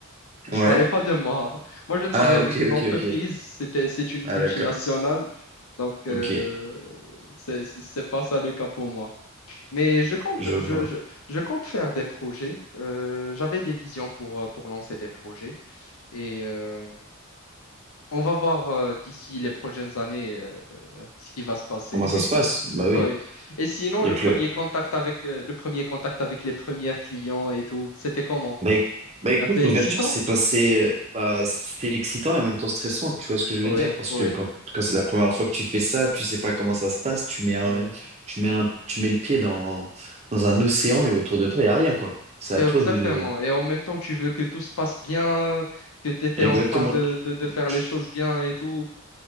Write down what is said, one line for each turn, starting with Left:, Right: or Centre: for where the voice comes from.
Left: Je
Right: ouais.
Left: parlais pas de moi. <laughs> Moi, je travaille
Right: Ah,
Left: avec
Right: ok,
Left: une
Right: ok,
Left: entreprise.
Right: ok.
Left: C'était, c'est une
Right: Ah,
Left: multinationale.
Right: d'accord.
Left: Donc, euh,
Right: Ok,
Left: c'est, c'est c'est pas ça le cas pour moi. Mais je compte,
Right: je vois.
Left: je, je, je compte faire des projets. Euh, j'avais des visions pour, euh, pour lancer des projets. Et euh, on va voir euh, d'ici les prochaines années euh, ce qui va se passer.
Right: Comment
Left: <laughs>
Right: ça se passe? Bah oui.
Left: Oui. Et sinon,
Right: Il
Left: le
Right: y a que
Left: premier
Right: le,
Left: contact avec, euh, le premier contact avec les premiers clients et tout, c'était comment?
Right: Bah, éc- bah, écoute,
Left: Un peu
Right: l'ouverture
Left: excitant?
Right: s'est passée, euh, bah, c'est excitant et en même temps stressant, tu vois ce que je veux
Left: Oui,
Right: dire? Parce
Left: oui.
Right: que quand, quand c'est la première fois que tu fais ça, tu sais pas comment ça se passe, tu mets un,
Left: oui.
Right: tu mets un, tu mets le pied dans, dans un océan et autour de toi, il n'y a rien, quoi. C'est
Left: Et
Right: à
Left: Exactement.
Right: toi de...
Left: Et en même temps, tu veux que tout se passe bien, que tu étais
Right: Exactement,
Left: en train de,
Right: tu-
Left: de, de faire
Right: tu-
Left: les choses bien et tout.